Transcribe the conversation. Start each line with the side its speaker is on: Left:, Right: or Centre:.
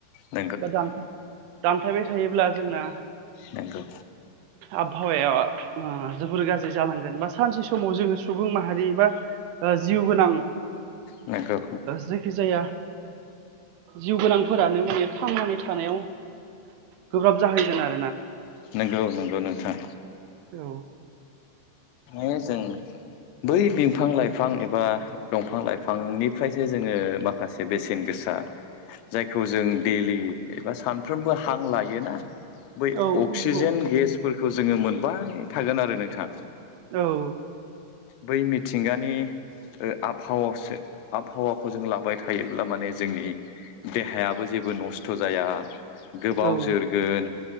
Left: नंगौ
Right: बा दानफ दानफायबाय थायोब्ला जोंना
Left: नोंगौ
Right: आबहावाया जोबोर गाज्रि जालांगोन बा सानसे समाव जोङो सुबुं माहारि बा जिउ गोनां
Left: नंगौ
Right: जायखि जाया जिउ गोनांफोरानो माने थांनानै थानायाव गोब्राब जाहैगोन आरो
Left: नंगौ नंगौ नोंथां
Right: नोंथां औ
Left: ए जों बै बिफां लाइफां एबा दंफां लाइफांनिफ्रायसो जोङो माखासे बेसेन गोसा आ जायखौ जों देइलि एबा सानफ्रोमबो हां लायोना बै
Right: औ
Left: अक्सिजेन
Right: नंगौ
Left: गेसफोरखौ जोङो मोनबाय थागोन आरो नोंथां
Right: औ
Left: बै मिथिंगानि आबहावासो आबहावाखौ जों लाबाय थायोब्ला माने जोंनि देहायाबो जेबो नस्थ' जाया गोबाव
Right: औ
Left: जोरगोन